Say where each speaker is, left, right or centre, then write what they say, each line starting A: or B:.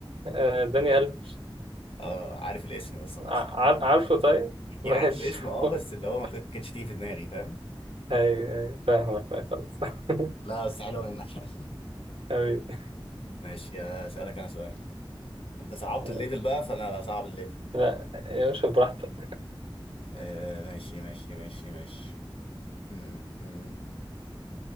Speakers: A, on the right (about 80°); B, on the left (about 80°).
A: آه، داني ألف
B: اه عارف الاسم بس ما
A: ع-
B: كنتش
A: عار- عارفه طيب
B: يعني
A: ماشي
B: عارف الاسم اه بس
A: <laughs>
B: اللي هو ما كنت- كانتش تيجي في دماغي فاهم
A: ايوه ايوه فاهمك لا خلاص <laughs>
B: لا بس حلوه منك <laughs>
A: حبيبي
B: ماشي اسالك انا سؤال انت صعبت
A: ماشي.
B: الليفل بقى فانا هصعب الليفل
A: لا يا باشا براحتك
B: آه ماشي ماشي ماشي ماشي م -م.